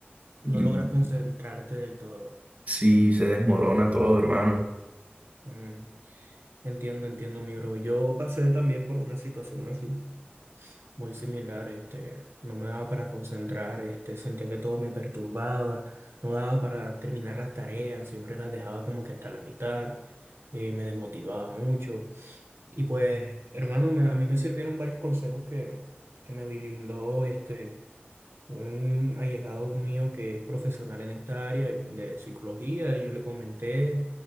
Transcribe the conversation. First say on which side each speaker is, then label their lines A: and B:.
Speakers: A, on the right; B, on the right.
A: No
B: y
A: logras concentrarte del todo. bro.
B: sí se desmorona todo, hermano.
A: Mm, entiendo, entiendo, mi bro. Yo pasé también por una situación así. muy similar, este, no me daba para concentrar, este, sentía que todo me perturbaba, no daba para terminar las tareas, siempre las dejaba como que hasta la mitad, eh, me desmotivaba mucho. Y pues, hermano, me- a mí me sirvieron varios consejos que, que me brindó este, un allegado mío que es profesional en esta área de psicología, y yo le comenté